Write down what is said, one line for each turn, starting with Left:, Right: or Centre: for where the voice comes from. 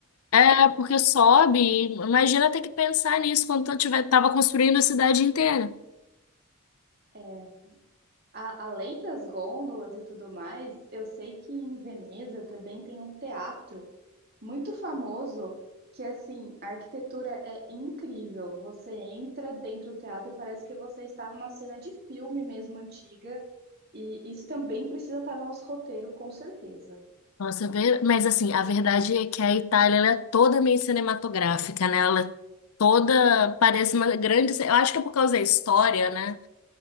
Left: É, porque sobe, e imagina ter que pensar nisso quando eu tiver, tava construindo a cidade inteira.
Right: É, a- além das gôndolas e tudo mais, eu sei que em Veneza também tem um teatro muito famoso que assim, a arquitetura é incrível. Você entra dentro do teatro e parece que você está numa cena de filme mesmo antiga, e isso também precisa estar no nosso roteiro, com certeza.
Left: Nossa, ver- mas assim, a verdade é que a Itália, ela é toda meio cinematográfica, né? Ela é toda, parece uma grande... ce- Eu acho que é por causa da história, né?